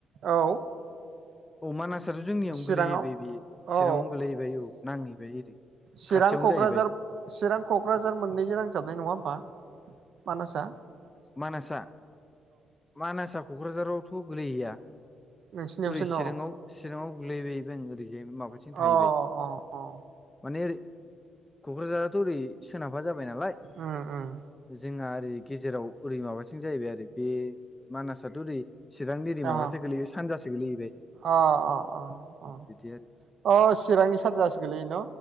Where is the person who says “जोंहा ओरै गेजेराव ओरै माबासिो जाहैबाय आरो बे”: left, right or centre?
Left